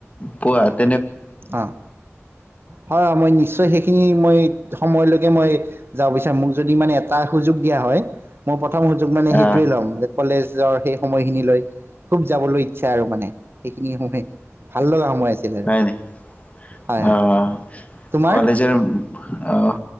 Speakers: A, on the left; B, on the right.
A: পোৱাত
B: অহ, হয় মই নিশ্চয় সেইখিনি মই সময়লৈ তাকে মই যাব বিচাৰো মোক যদি মানে এটা সুযোগ দিয়া হয়। প্ৰথম সুযোগ মানে সেইটোৱে
A: আহ
B: ল'ম। কলেজৰ সেই সময়খিনিলৈ খুব যাবলৈ ইচ্ছা আৰু মানে সেইখিনি সময়। ভাল লগা সময় আছিলে আৰু
A: অহ
B: হয় হয় তোমাৰ
A: কলেজৰ অহ,